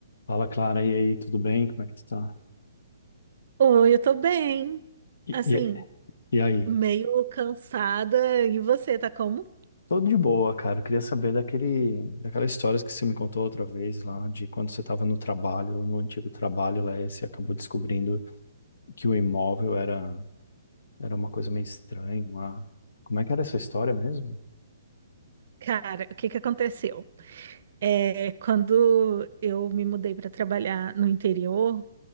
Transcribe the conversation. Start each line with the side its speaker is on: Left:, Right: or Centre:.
Left: Fala, Clara, e aí, tudo bem? Como é que tu tá?
Right: Oi, eu tô bem.
Left: E,
Right: Assim,
Left: e, e aí?
Right: meio cansada. E você tá como?
Left: Tudo de boa, cara. Eu queria saber daquele, daquela história que você me contou outra vez lá, de quando você estava no trabalho, no antigo trabalho lá, e você acabou descobrindo que o imóvel era, era uma coisa meio estranha lá. Como é que era essa história mesmo?
Right: Cara, o que que aconteceu? É, quando eu me mudei para trabalhar no interior,